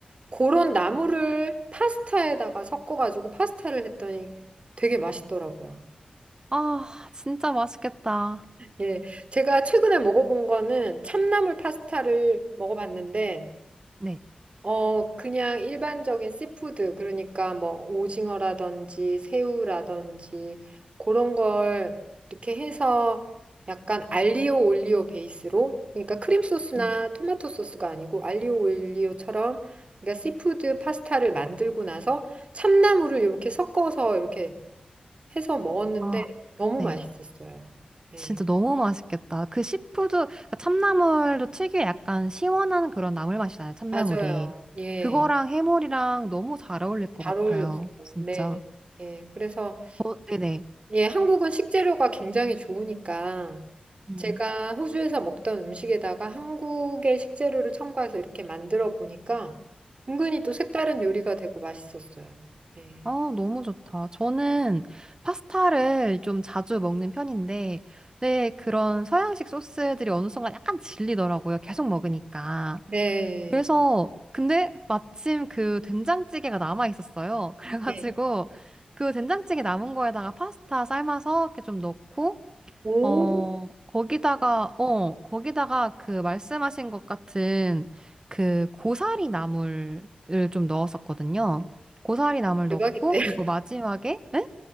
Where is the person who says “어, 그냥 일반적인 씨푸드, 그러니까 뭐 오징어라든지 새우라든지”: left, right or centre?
Right